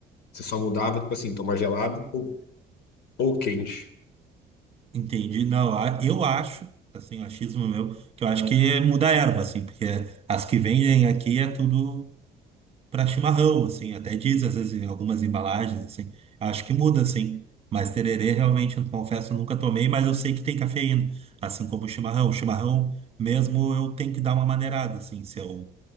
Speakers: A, on the left; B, on the right.
A: Você só mudava, tipo assim, tomar gelado ou, ou quente.
B: Entendi, não. a- Eu acho, assim, o achismo meu, que eu acho que é muda a erva, assim, porque as que vendem aqui é tudo pra chimarrão, assim, até diz, às vezes, em algumas embalagens, assim. Acho que muda, assim. Mas tererê, realmente, eu confesso, eu nunca tomei, mas eu sei que tem cafeína, assim como o chimarrão. O chimarrão, mesmo, eu tenho que dar uma maneirada, assim, se eu.